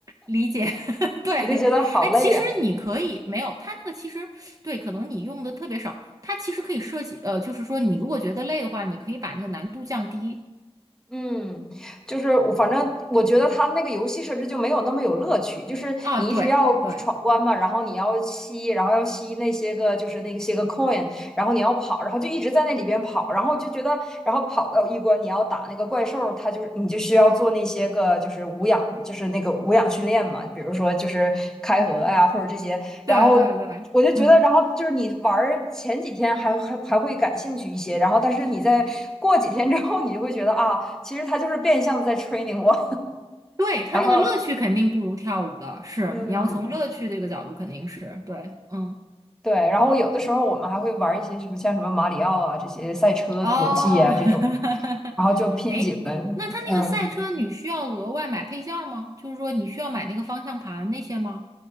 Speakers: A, on the right; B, in the centre.
A: 理解，<laughs>
B: <laughs>
A: 对，
B: 我就觉得好累呀。
A: 哎，其实你可以没有它那个，其实对，可能你用的特别少，它其实可以设计，呃，就是说你如果觉得累的话，你可以把那个难度降低
B: 嗯，就是我反正我觉得它那个游戏设置就没有那么有乐趣，就是你一直要闯关嘛，
A: 啊，对对，
B: 然后你要吸，然后要吸那些个就是那些个 coin，然后你要跑，然后就一直在那里边跑，然后就觉得，然后跑到一关你要打那个怪兽，它就是你就需要做那些个就是无氧，就是那个无氧训练嘛，比如说就是开合呀、或者这些，
A: 对对对，
B: 然后我就觉得，
A: 嗯，
B: 然后就是你玩前几天还还还会感兴趣一些，然后但是你在过几天之后，你就会觉得啊，其实他就是变相的在 training 我。
A: 对，他那个乐趣肯定不如跳舞的，
B: 然后
A: 是，
B: <laughs>，嗯，
A: 你要从乐趣这个角度肯定是对，嗯，
B: 对，然后有的时候我们还会玩一些什么像什么马里奥啊这些赛车游戏啊这种，
A: 哦，<laughs>
B: 然后就拼几轮，
A: 哎，那他那个赛车你需要额外买配件儿吗？
B: 嗯。
A: 就是说你需要买那个方向盘那些吗？